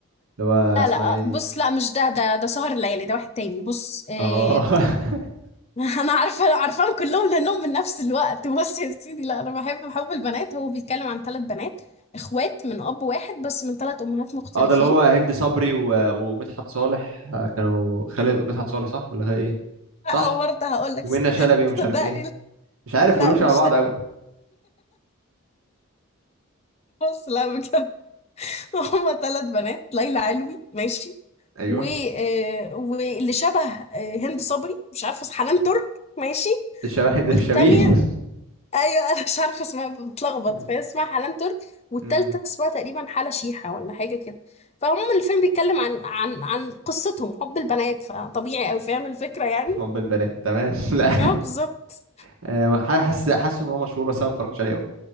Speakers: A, on the right; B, on the left.
A: اللي هو
B: لا
A: اسمها
B: لا
A: ايه
B: آه، بص
A: دي
B: لا مش ده ده ده سهر الليالي ده واحد تاني بص آه
A: اه <laughs>
B: <laughs> انا عارفه عارفاهم كلهم لانهم من نفس الوقت بص يا سيدي لا انا بحب حب البنات هو بيتكلم عن ثلاث بنات اخوات من اب واحد بس من ثلاث امهات مختلفين
A: اه ده اللي هو هند صبري و... ومدحت صالح آه، كانوا خالد مدحت صالح صح ولا خالد ايه صح
B: او برضه هقول لك
A: ومنى
B: <laughs>
A: شلبي ومش
B: صدقني
A: عارف ايه مش عارف
B: لا
A: كلهم شبه
B: مش
A: بعض
B: ده
A: قوي
B: بص لا بجد <laughs> هما ثلاث بنات ليلى علوي ماشي
A: ايوه
B: و آه، واللي شبه آه، هند صبري مش عارفه حنان ترك ماشي
A: الشبه هند
B: والتانية
A: الشبيه
B: ايوه انا مش عارفه اسمها بتلخبط
A: <laughs>
B: فهي اسمها حنان ترك والتالتة
A: امم
B: اسمها تقريبا حالة شيحة ولا حاجه كده فعموما الفيلم بيتكلم عن عن عن قصتهم حب البنات فطبيعي او فاهم الفكره يعني
A: حب البنات تمام <laughs> لا
B: اه بالظبط
A: آه، ح- حاسس حاسس ان هو مشهور بس انا ما اتفرجتش عليه قوي